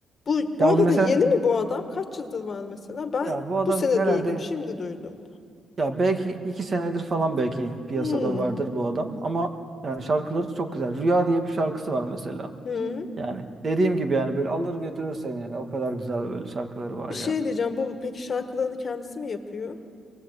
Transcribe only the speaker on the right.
Ya
onu mesela
ya bu adam
herhalde
ya belki iki senedir falan belki piyasada
vardır bu adam ama yani şarkıları çok güzel. Rüya diye bir şarkısı var mesela.
Yani dediğim gibi yani böyle alır götürür seni yani o kadar güzel böyle şarkıları var
ya.